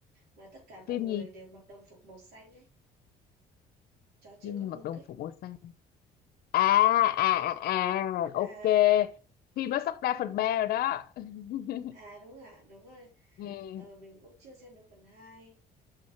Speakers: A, on the right; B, on the left.
A: Mà tất cả mọi
B: phim
A: người
B: gì
A: đều mặc đồng phục màu xanh ấy. Chó chơi
B: phim
A: con
B: gì mặc
A: mực
B: đồng
A: ấy.
B: phục màu xanh à à à à
A: À,
B: ok phim nó sắp ra phần 3 rồi đó <laughs>
A: à đúng ạ, đúng rồi.
B: ừ,
A: Ờ, mình cũng chưa xem được phần hai